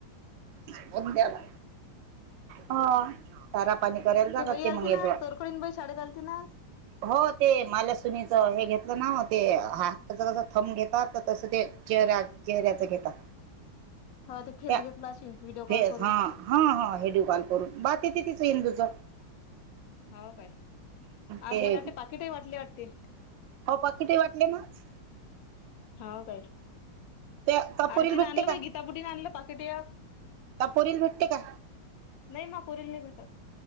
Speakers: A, on the right; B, on the left.
A: म्हंद्याला हाे चारा पाणी करायला जातात
B: बाई
A: ते
B: आलती
A: मंग येदवा
B: ना आज तोरकडीन बाई शाळेत आलती ना आज
A: हो ते माल्या सुनीच मी घेतलं ना वो ते हात कस कसं थंब घेतात तस ते चेहऱ्या चेहऱ्याच घेतात
B: हो ते फेस
A: त्या
B: घेतला अशीन व्हिडिओ
A: फेस
B: कॉल करून
A: हा हा हा हिडीओ कॉल करून बा ति ति तिच इंदुच
B: हाव काय आज
A: ते
B: मला वाटते पाकिटही वाटली वाटते
A: हो पाकिटही वाटले नाआज
B: हाव काय
A: ते तपोरील
B: आरती
A: भेटते
B: न आणल बाई गीताबुड्डीन आणल पाकेट आज
A: का पोरीला भेटते का?
B: नाही मा पोरीला नाही भेटत